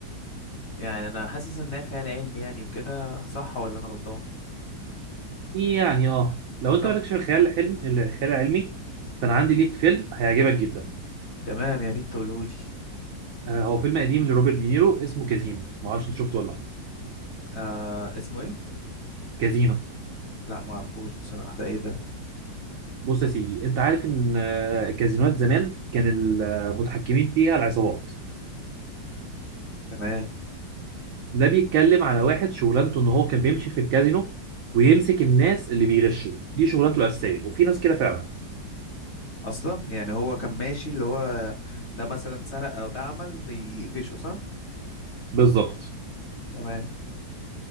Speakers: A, on the left; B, on the right.
A: يعني انا حاسس ان هي خيال علمي يعني وكده صح ولا انا غلطان
B: يعني اه لو انت
A: طب
B: مالكش في الخيال الحلم الخيال العلمي فانا عندي ليك فيلم هيعجبك جدا
A: تمام يا ريت تقوله لي
B: آه، هو فيلم قديم لروبرت دينيرو اسمه كازينو ما اعرفش انت شفته ولا لا
A: آه اسمه ايه
B: كازينو
A: لا ما اعرفوش بصراحة ده ايه ده
B: بص يا سيدي انت عارف ان آه، الكازينوات زمان كان المتحكمين فيها العصابات
A: تمام
B: ده بيتكلم على واحد شغلانته ان هو كان بيمشي في الكازينو ويمسك الناس اللي بيغشوا دي شغلانته الاساسيه وفي ناس كده فعلا
A: اصلا يعني هو كان ماشي اللي هو ده مثلا سرق او ده عمل ده يقفشه صح
B: بالظبط
A: تمام